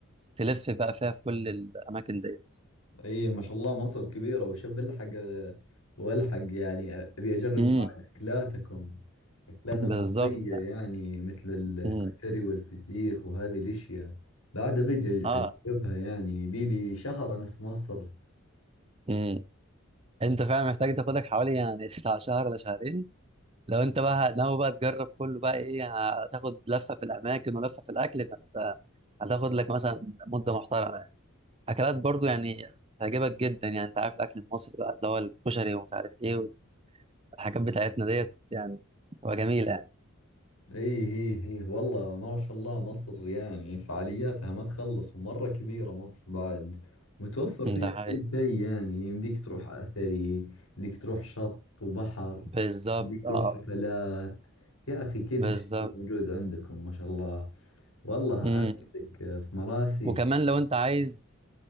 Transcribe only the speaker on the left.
ايه ما شاء الله مصر كبيرة وشب الحق والحق يعني ابي اجرب
بعد اكلاتكم اكلات المصرية
يعني مثل الكشري
والفسيخ وهذه الاشياء بعد ابي أج-
اجربها يعني يبي لي شهر انا في مصر
ايه ايه ايه والله ما شاء الله مصر يعني فعالياتها ما تخلص ومرة كبيرة مصر بعد متوفر
فيها
كل شيء يعني يمديك تروح أثري يمديك تروح شط وبحر
يمديك تروح
حفلات يا أخي كل
شيء موجود عندكم ما شاء الله والله
أنا عندك في مراسي